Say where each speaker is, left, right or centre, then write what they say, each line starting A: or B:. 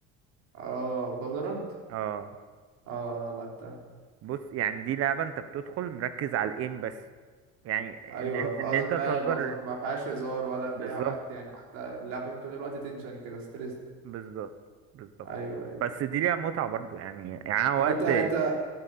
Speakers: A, on the right (about 70°); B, on the right (about 55°).
A: اه فالورانت
B: اه
A: اه لعبتها
B: بص يعني دي لعبة انت بتدخل مركز على الايم بس يعني
A: ايوه
B: ان
A: قصدي
B: ان انت
A: فاهم
B: تهزر
A: قصدك ما فيهاش هزار ولا فيها
B: بالظبط
A: وقت يعني حتى اللعبه طول الوقت تنشن كده ستريس
B: بالظبط بالظبط
A: ايوه ايوه
B: بس دي ليها متعة برضو يعني يعني أنا
A: طب
B: وقت
A: انت انت